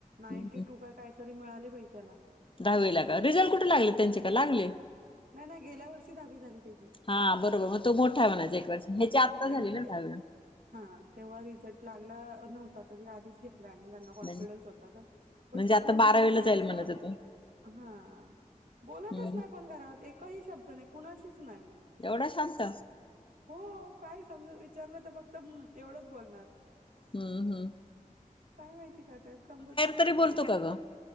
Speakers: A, on the right (about 75°); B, on the left (about 35°).
A: नाईंटी
B: हम्म.
A: टू का काय तरी मिळाले बई त्याला
B: दहावीला का, रिझल्ट कुठे लागले त्यांचे का लागले?
A: नाही, नाही गेल्या वर्षी दहावी झाली त्येजी.
B: हा बरोबर म, तो मोठा म्हणायचा एक वर्ष, ह्याची
A: आणि
B: आता
A: मग त्यांनी
B: झाली ना दहावी.
A: ते हा, तेव्हा रिझल्ट लागला नव्हता तरी आधीच घेत त्यांना कॉन्फिडन्स
B: म्हण
A: होता ना, पण तो
B: आता
A: पु,
B: बारावीला
A: म्हणजे ताईचा
B: जाईल म्हणायचं तो
A: हा, बोलतच
B: हम्म
A: नाही पण घरात, एकही शब्द नाही कुणाशीच नाही.
B: एवढा शांत?
A: हो, काय समज विचारलं तर फक्त हम्मं, एवढंच बोलणार.
B: हम हम्
A: काय माहिती का, त्या समजतच नाही
B: तरी
A: त्येज
B: बोलतो का ग